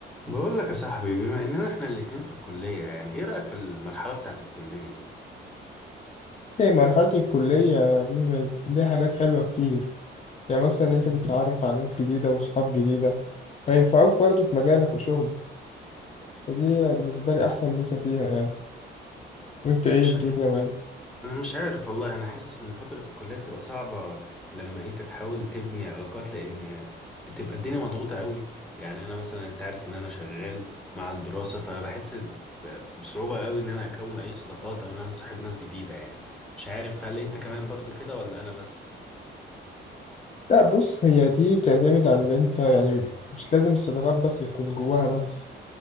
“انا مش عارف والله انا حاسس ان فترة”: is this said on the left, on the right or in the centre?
Centre